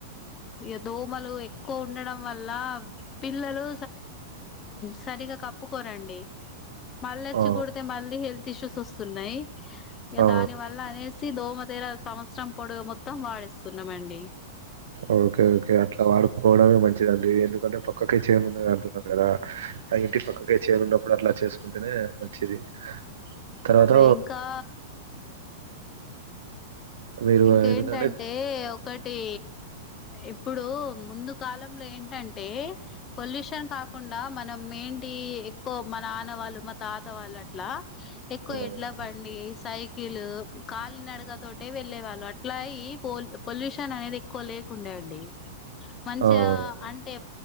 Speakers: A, on the left; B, on the right.
A: ఇగ దోమలు ఎక్కువ ఉండడం వల్ల పిల్లలు సరిగా కప్పుకోరండి మళ్ళ వచ్చి
B: ఆ!
A: కుడితే మళ్ళీ హెల్త్ ఇష్యూస్ వస్తున్నాయి ఇగ
B: ఆ!
A: దాని వల్ల అనేసి దోమలు ప సంవత్సరం పొడుగు మొత్తం వాడిస్తున్నామండి
B: ఓకే ఓకే అట్లా వాడుకోవడమే మంచిదండి ఎందుకంటే పక్కకే చేను ఉంటుంది అంటున్నారు కదా అ ఇంటి పక్కకే చేను ఉన్నప్పుడు అట్లా చేసుకోస్ కుంటేనే మంచిది తర్వాత
A: అదే ఇంకా
B: మీరు
A: ఇంకేంటంటే
B: ఎందుకంటే
A: ఒకటి ఇప్పుడు ముందు కాలంలో ఏంటంటే పొల్యూషన్ కాకుండా మన మెయిన్ ఎక్కువ మ నాన వాళ్ళు తాత్ వాళ్ళు అట్లా ఎక్కువ
B: ఆ
A: ఎడ్ల బండి సైకిలు కాల్ నడుగా తోటే వెళ్లే వాళ్ళు అట్లాయి పొల్యూషన్ అనేది ఎక్కువ లేకుండా ఉండే అండి మంచిగా
B: అవునండి
A: అంటే